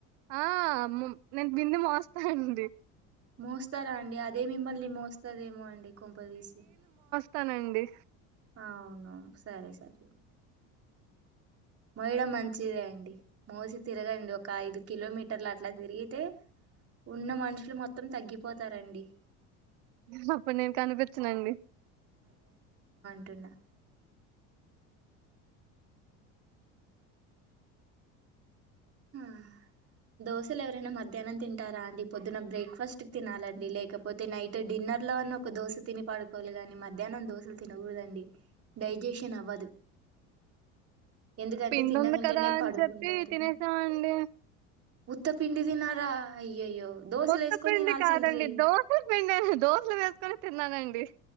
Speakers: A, on the right (about 70°); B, on the right (about 40°).
A: ఆహ్ మో నేను బింది మోస్తా అండి.
B: మోస్తార డి. అదే మిమ్మల్ని మోస్తదేమో అండి. కొంపదీసి
A: తనండి
B: అవునవును సరే సరే డి మోయడం మంచిదే అండి మోసి తిరగండి ఒక ఐదు కిలోమీటర్లు అట్లా తిరిగితే ఉన్న మనుషులు మొత్తం తగ్గిపోతారండి
A: హా అప్పుడు నేను కనిపించనుండి
B: పెట్న్నా ఆ దోశలు ఎవరైనా మధ్యాహ్నం తింటారా అండి పొద్దున బ్రేక్ఫాస్ట్ తినాలండి లేకపోతే నైట్ డిన్నర్ లో అన్న ఒక దోశ తిని పడుకోవాలి నీ మధ్యాహ్నం దోశలు తినకూడదండి డైజెషన్ అవ్వదు ఎందుకంటే
A: పింద
B: తిన్న
A: ఉంది
B: వెంటనే
A: కదా అని
B: పడుకుంటారు
A: చెప్పి తినేసాంమండి హ్మ్
B: ఇత్త పిండి దినారా అయ్యయ్యో దోశలు
A: కొత్తపిండి
B: వేసుకొని తినాల్సిండ్రి
A: కాదండి దోసల పిండి దోసలు వేసుకొని తిన్నానండి